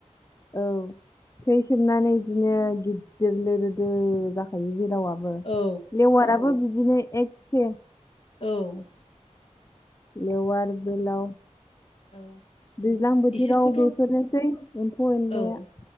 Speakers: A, on the left (about 25°); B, on the left (about 50°).
A: औ थै सोबनानै बिदिनो गिददिर लोदोदो जाखायो बेलावाबो
B: औ
A: लेवाराबो बि दिनो एखखे।
B: औ
A: लेवार बेलाव।
B: औ
A: दैज्लां बोथोराव
B: इसोरखौथ'
A: बेफोरनोसै एम्फौ एनलाया।
B: औ